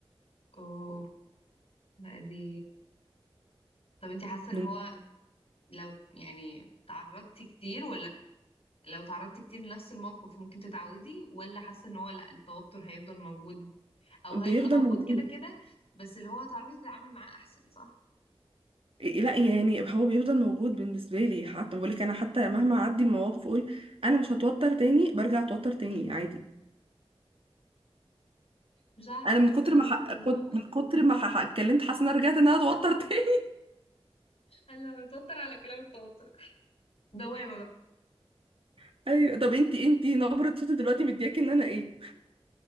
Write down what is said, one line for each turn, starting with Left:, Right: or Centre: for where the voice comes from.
Left: اوه لا دي طب انت حاسة ان
Right: من
Left: هو لو يعني تعرضتي كتير ولا لو تعرضتي كتير لنفس الموقف ممكن تتعودي ولا حاسة ان هو لا التوتر هيفضل موجود او
Right: بيفضل
Left: هيبقى موجود
Right: موجود
Left: كده كده بس اللي هو هتعرفي تتعاملي معاه احسن صح
Right: لا يعني هو بيفضل موجود بالنسبه لي حتى بقول لك انا حتى مهما اعدي المواقف اقول انا مش هتوتر تاني برجع اتوتر تاني
Left: <laughs>
Right: عادي
Left: مش عارفة
Right: انا
Left: حاسة
Right: من كتر
Left: ان ال-
Right: ما ح... كنت- من كتر ما ح... اتكلمت حاسه ان انا رجعت ان انا اتوتر تاني
Left: انا متوتر على كلام التوتر دوامة بقى
Right: <laughs> ايوه طب انتي انتي نبره صوتي دلوقتي مدياكي ان انا ايه